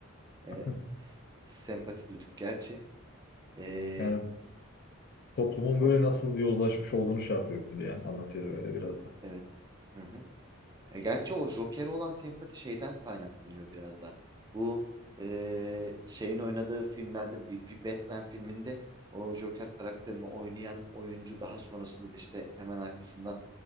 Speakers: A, on the left (about 50°); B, on the right (about 20°).
A: <laughs>
B: eee, s- sempati duyduk. Gerçi eee,
A: Yani toplumun
B: o
A: böyle nasıl yozlaşmış olduğunu şey yapıyordu ya. Anlatıyordu böyle biraz da.
B: evet. Hı hı. E, Gerçi o Joker'e olan sempati şeyden kaynaklanıyor biraz da. Bu e, şeyin oynadığı filmlerde bir, bir Batman filminde o Joker karakterini oynayan oyuncu daha sonrasında da işte hemen arkasından